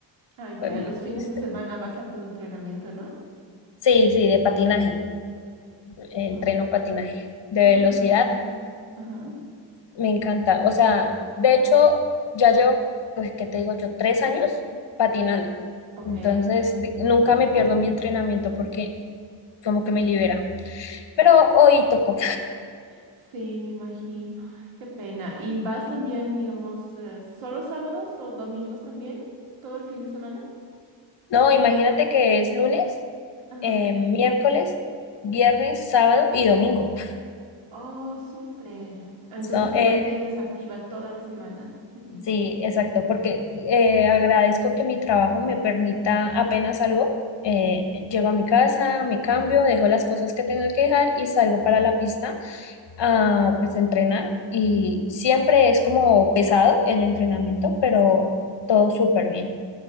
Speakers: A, on the right; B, on the left.
A: Ah, ya,
B: fue muy
A: los fines
B: triste.
A: de semana vas a tu entrenamiento, ¿no?
B: Sí, sí, de patinaje. eh, Entreno
A: Oh,
B: patinaje de
A: qué genial.
B: velocidad
A: Ajá,
B: Me encanta. O sea, de hecho, ya llevo, pues, ¿qué te digo yo? Tres años patinando.
A: ok.
B: Entonces, de- nunca me pierdo mi entrenamiento porque como que me libera. Pero hoy tocó.
A: Sí, me imagino. Qué pena. ¿Y vas también, digamos, eh, solo sábados o domingos también? ¿Todo el fin de semana?
B: No, imagínate que es lunes,
A: Ajá.
B: eh, miércoles, viernes, sábado y domingo.
A: Oh, súper. Entonces
B: So,
A: te
B: eh,
A: mantienes activa toda la semana, digamos.
B: Sí,
A: pa-
B: exacto, porque eh, agradezco que mi trabajo me permita apenas algo. Eh, llego a mi casa, me cambio, dejo las cosas que tenga que dejar y salgo para la pista a pues entrenar. Y siempre es como pesado el entrenamiento, pero todo súper bien.